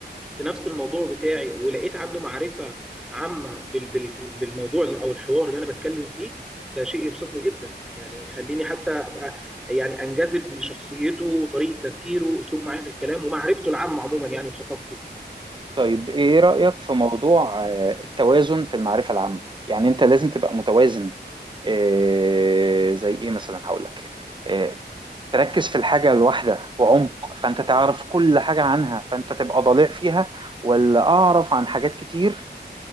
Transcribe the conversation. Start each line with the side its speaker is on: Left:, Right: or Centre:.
Centre: في نفس الموضوع بتاعي ولقيت عنده معرفة عامة بال- بال- بالموضوع أو الحوار اللي أنا بتكلم فيه ده شيء يبسطني جدا يعني يخليني حتى أبقى يعني أنجذب لشخصيته وطريقة تفكيره وأسلوب معاه في الكلام ومعرفته العامة عموما يعني وثقافته
Right: طيب إيه رأيك في موضوع آه، التوازن في المعرفة العامة يعني أنت لازم تبقى متوازن آه، زي إيه مثلا هقول لك آه، تركز في الحاجة الواحدة بعمق فأنت تعرف كل حاجة عنها فأنت تبقى ضليع فيها ولا أعرف عن حاجات كتير